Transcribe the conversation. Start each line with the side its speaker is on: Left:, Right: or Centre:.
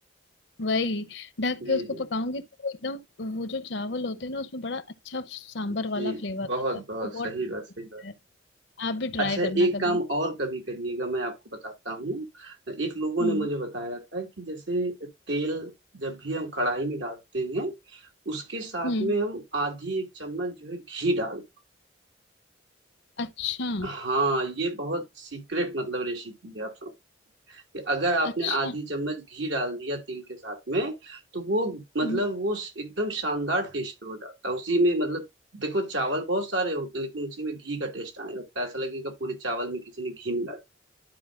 Left: वही ढक
Right: जी
Left: के उसको
Right: जी
Left: पकाऊंगी तो वो एकदम वो जो चावल होते हैं ना उसमें बड़ा अच्छा सांभर
Right: जी
Left: वाला फ्लेवर
Right: बहुत
Left: आता है
Right: बहुत
Left: वो बहुत
Right: सही
Left: tasty
Right: बात सही
Left: लगता
Right: बात
Left: है आप भी
Right: अच्छा
Left: ट्राई करना
Right: एक
Left: कभी
Right: काम और कभी करिएगा मैं आपको बताता हूँ एक लोगों
Left: हम्म
Right: ने मुझे बताया था कि जैसे तेल जब भी हम कढ़ाई में डालते हैं उसके साथ
Left: हम्म
Right: में हम आधी एक चम्मच जो है घी डालते
Left: अच्छा
Right: हैं। हाँ ये बहुत सीक्रेट मतलब रेसिपी है आप समझ कि अगर आपने
Left: अच्छा
Right: आधी चम्मच घी डाल दिया तेल के साथ में तो वो मतलब
Left: हम्म
Right: वो स- एकदम शानदार टेस्ट हो जाता है उसी में मतलब देखो चावल बहुत सारे होते हैं लेकिन उसी में घी का टेस्ट आने लगता है ऐसा लगेगा पूरे चावल में किसी ने घी मिला